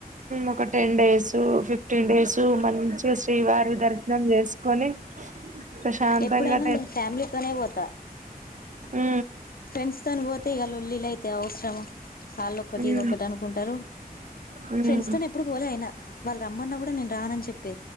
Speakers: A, on the right; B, on the left.
A: ఒక టెన్ డేస్ ఫిఫ్టీన్ డేస్ మంచి శ్రీవారి దర్శనం చేసుకొని ప్రశాంతంగా
B: ఎప్పుడైనా ఫ్యామిలీతోనే పోత
A: ఉ
B: ఫ్రెండ్స్ తా పోతే ఈ ఒల్ల అయితే అఔస్రమ కాళ్ళుొక్కటి
A: ఉ
B: ఇదిొ ఒకటి అనుకుంటారు
A: ఉహు
B: ఫ్రెండ్స్ తో ఎప్పుడు పోలే అయినా వాళ్ళు రమన్నా కూడా నేను రానని చెప్పను